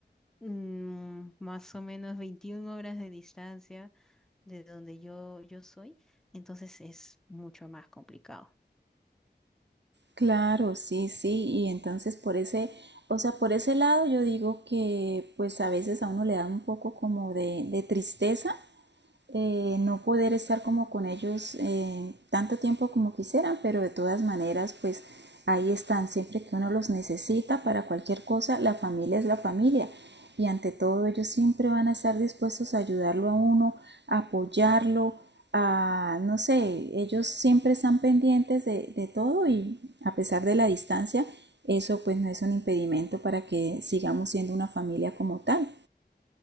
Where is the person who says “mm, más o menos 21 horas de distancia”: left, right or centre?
Centre